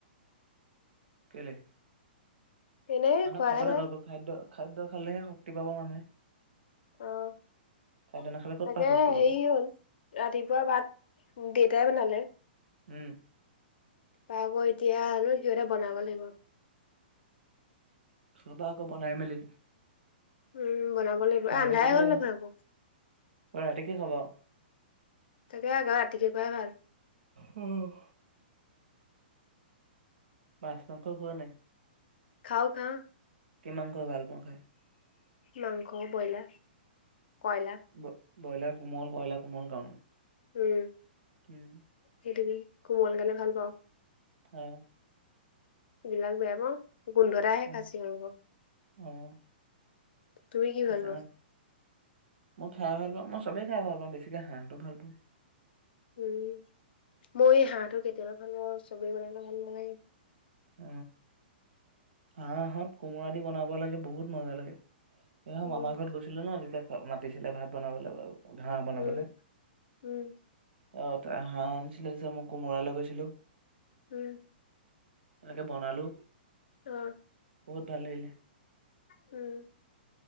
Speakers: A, on the right; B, on the left.
A: কেলে
B: এনেই
A: মানে
B: খোৱাহে
A: খাব লাগে
B: নাই
A: আক খাদ্য খাদ্য খালেহে শক্তি পাব মানুহে।
B: অ'
A: খাদ্য নাখালে ক'ত
B: তাকে
A: পা শক্তি
B: হেৰি
A: পাব
B: হ'ল ৰাতিপুৱা ভাত দেউতাই বনালে।
A: উম
B: বা আকৌ এতিয়া আৰু সিহঁতে বনাব লাগিব।
A: খাবা আক বনাই মেলি
B: উম বনাব লাগিব
A: খাই
B: এ আন্ধাৰে
A: থাকিলে
B: হ'ল দেখোন আকৌ
A: ৰাতি কি খাবা
B: তাকে আকৌ ৰাতিকে খোৱাই ভাল।
A: উম মাছ মাংস খোৱা নাই
B: খাও খাওঁ।
A: কি মাংস ভাল পোৱা খাই
B: মাংস ব্ৰইলাৰ কয়লা।
A: ব ব্ৰইলাৰ কোমল কইলাৰ কোমল কাৰণে।
B: উম
A: উম
B: সেইটোকে কোমল কাৰণে ভাল পাওঁ।
A: হয়
B: এইবিলাক বেয়া পাওঁ গোন্ধ এটা আহে
A: অ',
B: খাচি মাংস।
A: অ',
B: তুমি কি
A: খাচী
B: ভাল পোৱা
A: মাংস মই খাই ভাল পাওঁ মই চবে খাই ভাল পাওঁ বেছিকে হাঁহটো ভাল পাওঁ
B: উম মই এই হাঁহটো কেতিয়াবা ভাল পাওঁ আৰু চবেই বনালে ভাল নালাগে
A: অ হাঁহ হক কোমোৰা দি বনাব লাগে বহুত মজা লাগে এ
B: উম
A: মামাৰ ঘৰত গৈছিলো ন তেতিয়া মাতিছিলে ভাত বনাবলে বাৰু ঘাঁহ বনাবলে
B: উম উম
A: অ ত হাঁহ আনিছিলে যে মই কোমোৰা লৈ গৈছিলোঁ
B: উম
A: তাকে বনালো
B: অ
A: বহুত ভাল লাগিলে
B: উম